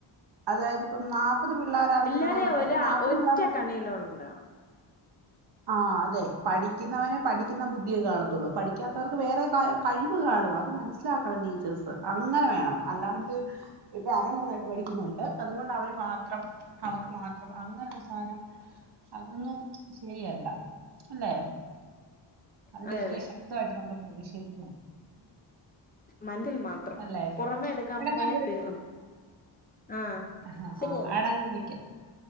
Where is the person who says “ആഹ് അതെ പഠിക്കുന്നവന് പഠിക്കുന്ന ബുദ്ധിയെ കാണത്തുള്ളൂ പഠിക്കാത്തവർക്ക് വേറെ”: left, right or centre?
Right